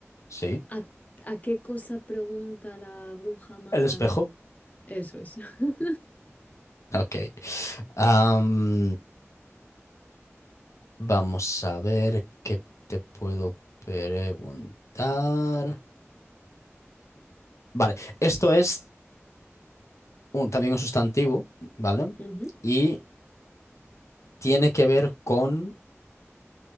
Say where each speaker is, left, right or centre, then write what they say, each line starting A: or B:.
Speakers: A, on the left; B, on the left.
A: Sí.
B: ¿a, a qué cosa pregunta la bruja mala?
A: El espejo.
B: Eso es. <laughs>
A: Ok. Am, vamos a ver qué te puedo preguntar. Vale, esto es un- también un sustantivo, ¿vale?
B: Ujú.
A: Y tiene que ver con